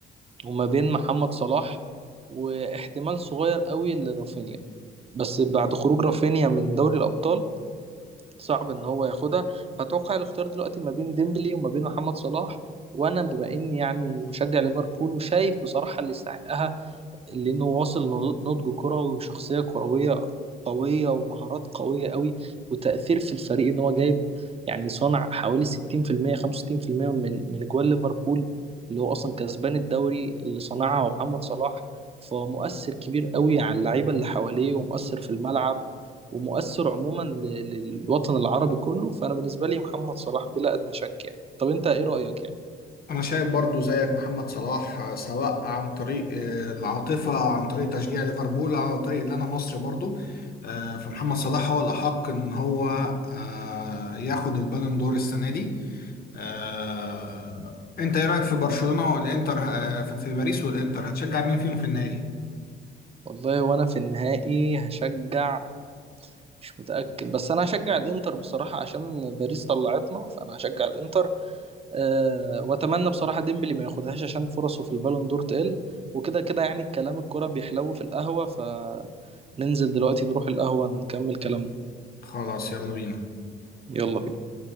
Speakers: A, on the right; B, on the left.
A: وما بين محمد صلاح واحتمال صغير قوي لرافينيا بس بعد خروج رافينيا من دوري الأبطال صعب ان هو ياخدها فاتوقع الاختيار دلوقتي ما بين ديمبلي وما بين محمد صلاح وانا بما اني يعني مشجع ليفربول وشايف بصراحة اللي يستحقها لأنه واصل نضج كروي وشخصية كروية قوية ومهارات قوية قوي وتأثير في الفريق إن هو جايب يعني صنع حوالي 60% 65% من من أجوال ليفربول اللي هو أصلا كسبان الدوري اللي صنعها هو محمد صلاح فهو مؤثر كبير قوي على اللعيبة اللي حواليه ومؤثر في الملعب ومؤثر عموما ل- للوطن العربي كله فأنا بالنسبة لي محمد صلاح بلا أدنى شك يعني طب أنت إيه رأيك يعني؟
B: انا شايف برضو زيك محمد صلاح آه، سواء عن طريق آه، العاطفه او عن طريق تشجيع ليفربول او عن طريق اللي انا مصري برضو آه، فمحمد صلاح هو الاحق ان هو آه، ياخد البالون دور السنه دي آه، انت ايه رايك في برشلونه والانتر آه، في في باريس والانتر هتشجع مين فيهم في النهائي
A: والله وأنا في النهائي هشجع مش متأكد بس انا هشجع الانتر بصراحة عشان باريس طلعتنا فانا هشجع الانتر أه واتمنى بصراحة ديمبلي ما ياخدهاش عشان فرصه في البالون دور تقل وكده كده يعني الكلام الكرة بيحلو في القهوة فننزل دلوقتي نروح القهوة نكمل كلامنا
B: خلاص يلا بينا
A: يلا بينا